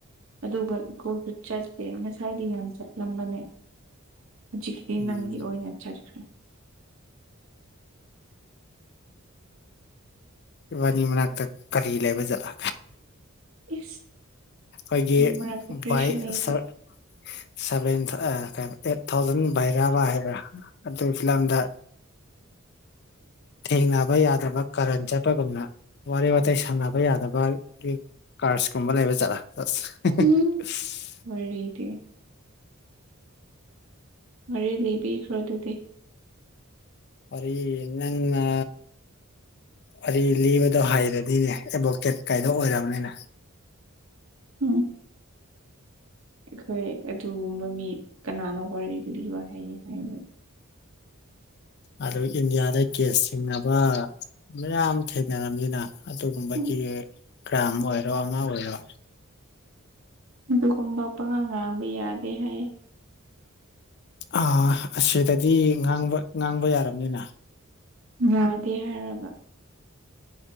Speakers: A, on the right; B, on the left.
A: ꯑꯗꯨꯒ ꯏꯀꯣꯁꯨ ꯆꯠꯇꯦ ꯉꯁꯥꯏꯗꯤ ꯌꯥꯝ ꯆꯠꯂꯝꯕꯅꯦ ꯍꯧꯖꯤꯛꯀꯤꯗꯤ
B: ꯎꯝ
A: ꯅꯪꯒꯤ ꯑꯣꯏꯅꯆꯠꯈ꯭ꯔꯦ
B: ꯏꯕꯥꯅꯤ ꯃꯅꯥꯛꯇ ꯀꯔꯤ ꯂꯩꯕ ꯆꯠꯂ
A: ꯏꯁ
B: ꯑꯩꯈꯣꯏꯒꯤ
A: ꯃꯔꯛꯇ ꯀꯔꯤꯁꯨ
B: ꯚꯏ
A: ꯂꯩꯇꯦ
B: ꯁꯥꯔ ꯁꯚꯦꯟ ꯊ ꯀꯩꯅꯣ ꯑꯩꯠ ꯊꯥꯎꯖꯟ ꯕꯩꯔꯕ ꯍꯥꯏꯕ꯭ꯔꯥ ꯑꯗꯨ ꯐꯤꯂꯝꯗ ꯊꯦꯡꯅꯕ ꯌꯥꯗꯕ ꯀꯔꯟ ꯆꯠ ꯑꯩꯒꯨꯝꯅ ꯋꯥꯔꯤ ꯋꯥꯇꯥꯏ ꯁꯥꯟꯅꯕ ꯌꯥꯗꯕꯒꯤ ꯀꯥꯔꯁ ꯀꯨꯝꯕ ꯂꯩꯕ ꯆꯂꯥ ꯑꯁ <unintelligible>
A: ꯎꯝ ꯋꯥꯔꯤꯗꯤ ꯋꯥꯔꯤꯔꯤ ꯂꯤꯕꯤꯈ꯭ꯔꯣ ꯑꯗꯨꯗꯤ
B: ꯐꯔꯤ ꯏꯟꯅ ꯋꯥꯔꯤ ꯂꯤꯕꯗꯣ ꯍꯥꯏꯔꯗꯤꯅꯦ ꯑꯦꯚꯣꯀꯦꯠ ꯀꯥꯏꯗꯣ ꯑꯣꯏꯔꯕꯅꯤꯅ
A: ꯎꯝ ꯑꯩꯈꯣꯏ ꯑꯗꯨꯒꯨꯝꯕ ꯃꯤ ꯀꯅꯥꯅ ꯋꯥꯔꯤꯒꯕ ꯍꯥꯏꯌꯦ ꯍꯥꯏ
B: ꯑꯗꯨ ꯏꯟꯗꯤꯌꯥꯗ ꯀꯦꯁ ꯆꯤꯡꯅꯕ ꯃꯌꯥꯝ ꯊꯦꯡꯅꯔꯝꯅꯤꯅ ꯑꯗꯨꯒꯨꯝꯕꯒꯤ
A: ꯎꯝ
B: ꯭ꯔꯥꯝ ꯑꯣꯏꯔꯣ ꯑꯃ ꯑꯣꯏꯔꯣ
A: ꯑꯗꯨꯒꯨꯝꯕ ꯄꯉꯥꯡ ꯉꯥꯡꯕ ꯌꯥꯗꯦ ꯍꯥꯏꯌꯦ
B: ꯑ ꯑꯁꯤꯗꯗꯤ ꯉꯥꯡꯕ ꯉꯥꯡꯕ ꯌꯥꯔꯕꯝꯅꯤꯅ
A: ꯌꯥꯗꯦ ꯍꯥꯏꯔꯒ